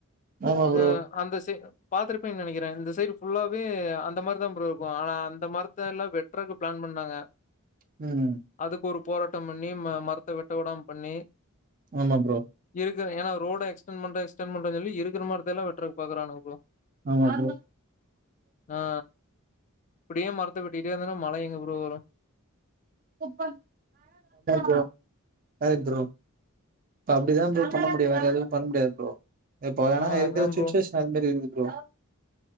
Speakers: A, on the right; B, on the left.
A: ஆமா ப்ரோ
B: ஆ அந்த சி பாத்துருப்பங்னு நெனைக்கிறே இந்த சைடு ஃபுல்லாவே அந்த மாரி தா ப்ரோ இருக்கும் ஆனா அந்த மரத்த எல்லாம் வெட் ட்ரக்கு பிளான் பண்ணாங்க
A: ம்
B: அதுக்கு ஒரு போராட்டம் பண்ணி ம மரத்த வெட்ட விடாம பண்ணி
A: ஆமா ப்ரோ
B: இருக்கு ஏன்னா ரோட எக்ஸ்டென் பண்றே எஸ்ட்டன் பண்றேன் சொல்லி இருக்கற மரத்தெல்லா வெட்றதுக் பாக்குறான்ங்க ப்ரோ
A: ஆ ப்ரோ
B: ஆ இப்டியே மரத்த வெட்டிட்டே இருந்தன்னா மழ எங்க ப்ரோ வரும்
A: ஆமா ப்ரோ கரெக்ட் ப்ரோ இப்ப அப்படிதா ப்ரோ பண்ண முடியு வேற எதுவும் பண்ண முடியாது ப்ரோ இப்ப ஏன்னா
B: ஆ
A: இருக்கிற
B: அதான்
A: சுச்சஷன்
B: ப்ரோ.
A: அதுமாரி இருக்குது ப்ரோ